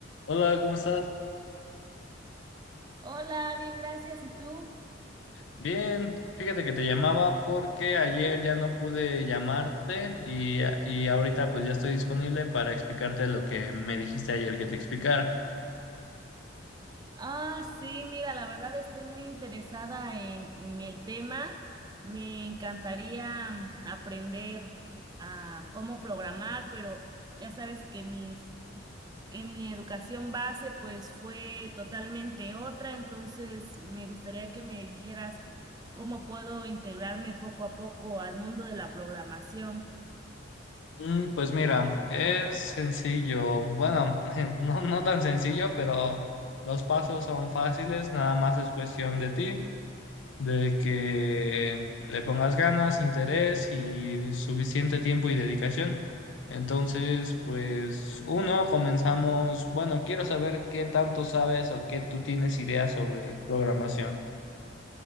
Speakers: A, on the left; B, on the right.
A: Hola, ¿cómo estás?
B: Hola, bien, gracias. ¿Y tú?
A: Bien, fíjate que te llamaba porque ayer ya no pude llamarte y, y ahorita pues ya estoy disponible para explicarte lo que me dijiste ayer que te explicara.
B: Ah, sí, mira, la verdad estoy muy interesada en, en el tema. Me encantaría mm, aprender a cómo programar, pero ya sabes que mis, que mi educación base pues fue totalmente otra, entonces me gustaría que me dijeras cómo puedo integrarme poco a poco al mundo de la programación.
A: Mm, pues mira, es sencillo, bueno, <laughs> no, no tan sencillo, pero los pasos son fáciles, nada más es cuestión de ti, de que le pongas ganas, interés y suficiente tiempo y dedicación. Entonces, pues uno, comenzamos. Bueno, quiero saber qué tanto sabes o qué tú tienes ideas sobre programación.